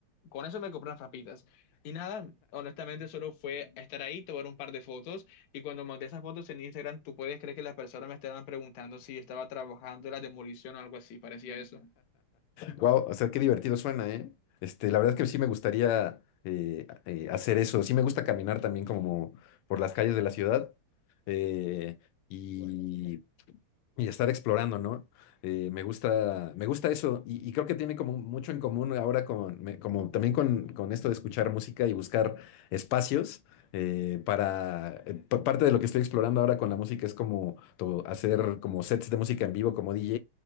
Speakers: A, on the left; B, on the left.
A: con eso me compré unas papitas. Y nada, honestamente, solo fue estar ahí, tomar un par de fotos. Y cuando monté esas fotos en Instagram, tú puedes creer que las personas me estaban preguntando si estaba trabajando en la demolición o algo así, parecía eso.
B: Wow, o sea, qué divertido suena, ¿eh? Este, la verdad es que sí me gustaría eh, eh, hacer eso. Sí me gusta caminar también como por las calles de la ciudad. eh, y y estar explorando, ¿no? Eh, me gusta, me gusta eso y, y creo que tiene como mucho en común ahora con, me- como también con, con esto de escuchar música y buscar espacios eh, para, eh, pa- parte de lo que estoy explorando ahora con la música es como to- hacer como sets de música en vivo como DJ